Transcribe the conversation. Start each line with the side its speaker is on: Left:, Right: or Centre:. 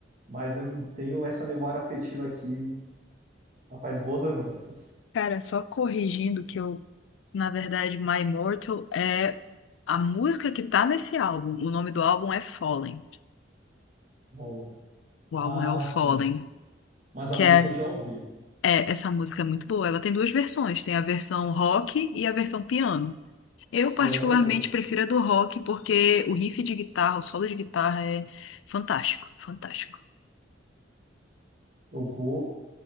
Right: Mas eu não tenho essa memória afetiva aqui, rapaz, boas lembranças.
Left: Cara, só corrigindo que eu, na verdade, My Immortal é a música que tá nesse álbum. O nome do álbum é Fallen.
Right: Rolou.
Left: O álbum
Right: Ah,
Left: é o Fallen,
Right: sim. Mas
Left: que
Right: a música
Left: é,
Right: eu já ouvi.
Left: é essa música é muito boa. Ela tem duas versões, tem a versão rock e a versão piano. Eu
Right: Sério?
Left: particularmente prefiro a do rock porque o riff de guitarra, o solo de guitarra é fantástico, fantástico.
Right: Eu vou.